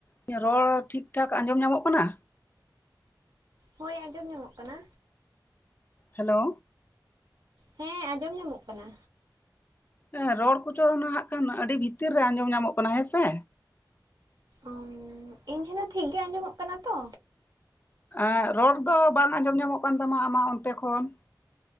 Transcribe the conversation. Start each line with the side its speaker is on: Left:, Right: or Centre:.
Left: ᱤᱧᱟᱜ ᱨᱚᱲ ᱴᱷᱤᱠ ᱴᱷᱟᱠ ᱟᱸᱡᱚᱢ ᱧᱟᱢᱚᱜ ᱠᱟᱱᱟ
Right: ᱦᱳᱭ ᱟᱸᱡᱚᱢ ᱧᱟᱢᱚᱜ ᱠᱟᱱᱟ
Left: ᱦᱮᱞᱳ
Right: ᱦᱮᱸ ᱟᱸᱡᱚᱢ ᱧᱟᱢᱚᱜ ᱠᱟᱱᱟ
Left: ᱦᱮᱸ ᱨᱚᱲ ᱠᱩᱪᱚ ᱦᱟᱜ ᱠᱷᱟᱱ ᱟᱹᱰᱤ ᱵᱷᱤᱛᱤᱨ ᱨᱮ ᱟᱸᱡᱚᱢ ᱧᱟᱢᱚᱜ ᱠᱟᱱᱟ ᱦᱮᱸᱥᱮ
Right: ᱚᱻᱤᱧ ᱴᱷᱮᱱ ᱫᱚ ᱴᱷᱤᱠ ᱜᱮ ᱟᱸᱡᱚᱢᱚᱜ ᱠᱟᱱᱟ ᱛᱚ
Left: ᱟᱻᱨᱚᱲ ᱫᱚ ᱵᱟᱝ ᱟᱸᱡᱚᱢ ᱧᱟᱢᱚᱜ ᱠᱟᱱ ᱛᱟᱢᱟ ᱟᱢᱟᱜ ᱚᱱᱛᱮ ᱠᱷᱚᱱ